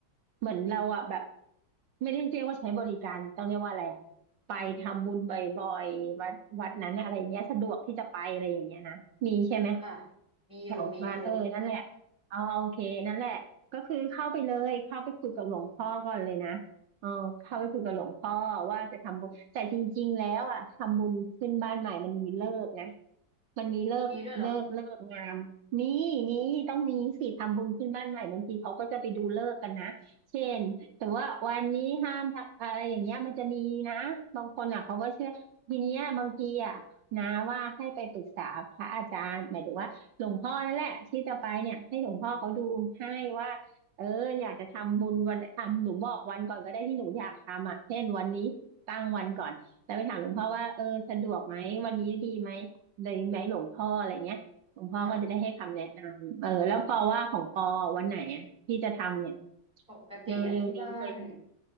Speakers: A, on the right; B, in the centre.
A: เหมือนเราอ่ะแบบไม่ได้เรียกว่าใช้บริการต้องเรียกว่าอะไรอ่ะไปทำบุญบ่อยๆวัดวัดนั้นอะอะไรเงี้ยสะดวกที่จะไปอะไรอย่างเงี้ยนะมีใช่ไหม
B: ค่ะมีอยู่มีอยู่
A: แถวบ้านเออนั่นแหละอ๋อโอเคนั่นแหละก็คือเข้าไปเลยเข้าไปคุยกับหลวงพ่อก่อนเลยนะเออเข้าไปคุยกับหลวงพ่อว่าจะทำบุญแต่จริงๆแล้วอ่ะทำบุญขึ้นบ้านใหม่มันมีเลิกนะมันมีเลิกเลิกเลิกงามมีมีต้องมีสิทำบุญขึ้นบ้านใหม่บางทีเขาก็จะไปดูเลิกษ์กันนะเช่นแต่ว่าวันนี้ห้ามทำอะไรอย่างเงี้ยมันจะมีนะบางคนอ่ะเขาก็เชื่อทีเนี้ยบางทีอ่ะนะว่าให้ไปปรึกษาพระอาจารย์หมายถึงว่า
B: มีด้วยเหรอ
A: หลวงพ่อนั่นแหละที่จะไปเนี่ยให้หลวงพ่อเขาดูให้ว่าเอออยากจะทำบุญวันอ่ะหนูบอกวันก่อนก็ได้ที่หนูอยากทำอ่ะเช่นวันนี้ตั้งวันก่อนแล้วไปถามหลวงพ่อว่าเออสะดวกไหมวันนี้ดีไหมเลยไหมหลวงพ่ออะไรเงี้ยหลวงพ่อก็จะได้ให้คำแนะนำเออแล้วปอว่าของปอวันไหนอ่ะที่จะทำเนี่ย
B: ค่ะปกติอะที่บ้าน
A: เร็วๆนี้เลยใช่ไหม